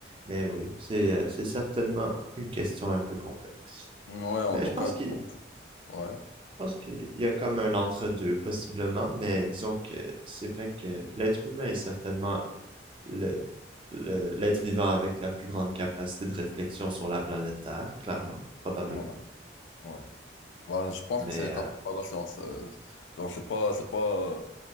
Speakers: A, on the right; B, on the left.
A: mais oui, c'est euh, c'est certainement une question un peu complexe.
B: Ouais, en
A: Mais
B: tout
A: je pense
B: cas,
A: qu'il
B: ouais,
A: Je pense qu'il y a comme un entre-deux, possiblement, mais disons que c'est vrai que l'être humain est certainement le, le- l'être vivant avec la plus grande capacité de réflexion sur la planète Terre, clairement, probablement.
B: ouais, ouais. Bah, je pense
A: Mais
B: que c'est établi
A: euh,
B: par la science. euh, genre, c'est pas, c'est pas.